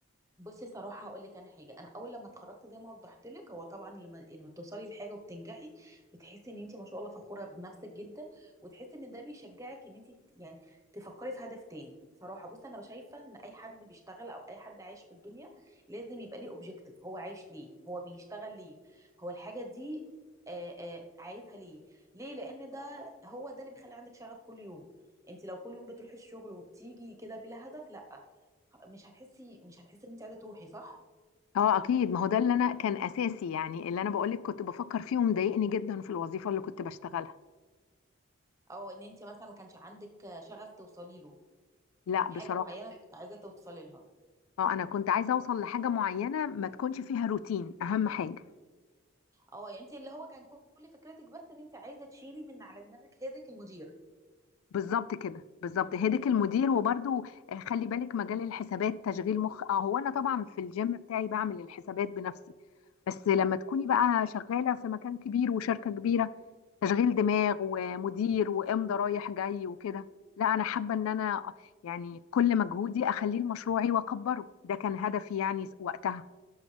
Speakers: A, on the right; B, on the left.
A: بصي صراحة هقول لك أنا حاجة أنا أول لما اتخرجت زي ما وضحت لك هو طبعا لما لما بتوصلي لحاجة وبتنجحي بتحسي إن أنت ما شاء الله فخورة بنفسك جدا وتحسي إن ده بيشجعك إن أنت ت- يعني تفكري في هدف تاني صراحة بصي أنا شايفة إن أي حد بيشتغل أو أي حد عايش في الدنيا لازم يبقى ليه أوبجيكتيف هو عايش ليه هو بيشتغل ليه هو الحاجة دي آه آه عايزها ليه ليه لأن ده هو ده اللي بيخلي عندك شغف كل يوم أنت لو كل يوم بتروحي الشغل وبتيجي كده بلا هدف لا مش هتحسي مش هتحسي ان انت عايزه تروحي صح
B: اه اكيد ما هو ده اللي انا كان اساسي يعني اللي انا بقولك كنت بفكر فيه ومضايقني جدا في الوظيفه اللي كنت بشتغلها
A: او ان انت مثلا ما كانش عندك شغف توصلي له
B: لا
A: حاجه
B: بصراحه
A: معينه عايزه توصلي لها
B: اه انا كنت عايزه اوصل لحاجه معينه ما تكونش فيها روتين اهم حاجه
A: اه يعني انت اللي هو كان كل فكرتك بس ان انت عايزه تشيلي من على دماغك هيدك المدير
B: بالظبط كده بالظبط هدك المدير وبرده خلي بالك مجال الحسابات تشغيل مخ اه هو انا طبعا في الجيم بتاعي بعمل الحسابات بنفسي بس لما تكوني بقى شغاله في مكان كبير وشركه كبيره تشغيل دماغ ومدير وامضى رايح جاي وكده لا انا حابه ان انا يعني كل مجهودي اخليه لمشروعي واكبره ده كان هدفي يعني وقتها